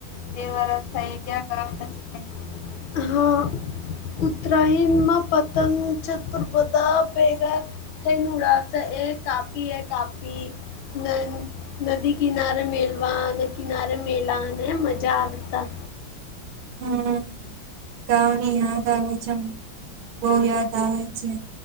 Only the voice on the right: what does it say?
હમ ગાંવ ની યાદ આવે છેમ. બહુ યાદ આવે છે